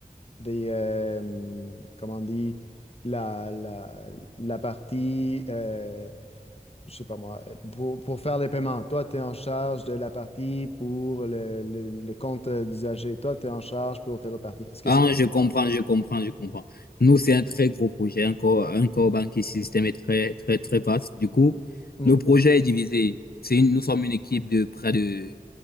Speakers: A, on the left; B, on the left.
A: des, euh, comment on dit, la, la, la partie, euh, je sais pas moi, pour, pour faire les paiements. Toi, tu es en charge de la partie pour le, le- le compte d'usager. Toi, tu es en charge pour telle autre partie. Est-ce que
B: Ah,
A: c'est comme
B: je
A: ça?
B: comprends, je comprends, je comprends. Nous, c'est un très gros projet. Un core, un core banking system est très, très, très vaste. Du coup,
A: Hmm,
B: le projet est divisé. C'est une, nous sommes une équipe de près de,